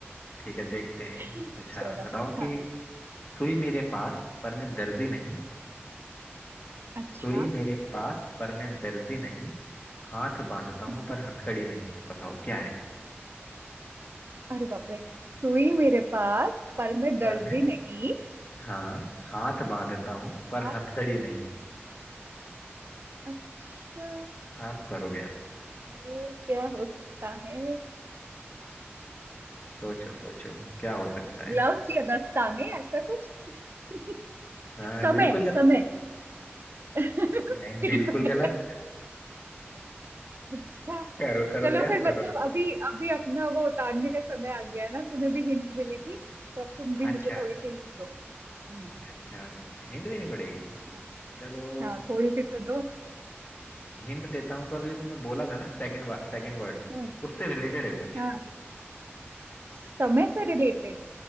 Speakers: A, on the left; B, on the right.
A: ठीक है देखते हैं
B: <laughs>
A: अच्छा
B: चलो
A: बताओ
B: हाँ
A: कि सुई मेरे पास पर मैं दर्जी नहीं
B: अच्छा
A: सुई मेरे पास पर मैं दर्जी नहीं हाथ बांधता
B: हम्म,
A: हूँ पर हथकड़ी नहीं बताओ क्या है
B: अरे बाप रे सुई मेरे पास पर मैं दर्जी
A: पर मैं
B: नहीं
A: हाँ हाथ बांधता हूँ पर
B: आप
A: हथकड़ी नहीं
B: अच्छा
A: आप करो गैस
B: ये क्या हो सकता है
A: सोचो सोचो क्या हो सकता
B: ग्लव्स
A: है
B: या दस्ताने ऐसा कुछ <laughs>
A: हाँ
B: समय
A: बिल्कुल
B: समय
A: गलत
B: <laughs>
A: नहीं
B: बिल्कुल
A: बिल्कुल गलत
B: गलत अच्छा
A: करो करो
B: चलो
A: गैस
B: फिर मतलब
A: करो तुम
B: अभी अभी अपना वो उतारने का समय आ गया है ना तुम्हें भी हिंट मिली थी तो अब तुम भी
A: अच्छा
B: मुझे थोड़ी सी हिंट दो हम्म,
A: अच्छा हिंट देनी पड़ेगी
B: हाँ
A: चलो
B: हाँ, थोड़ी सी तो दो
A: हिंट देता हूँ तो अभी जो तुमने बोला था ना सेकंड सेकंड वर्ड
B: हम्म,
A: उससे रिलेटेड है कुछ
B: हाँ समय से रिलेटेड